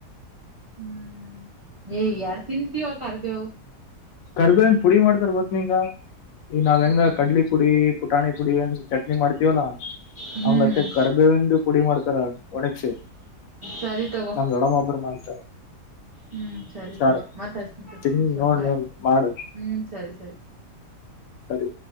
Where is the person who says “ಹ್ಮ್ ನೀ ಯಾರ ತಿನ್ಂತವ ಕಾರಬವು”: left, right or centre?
Right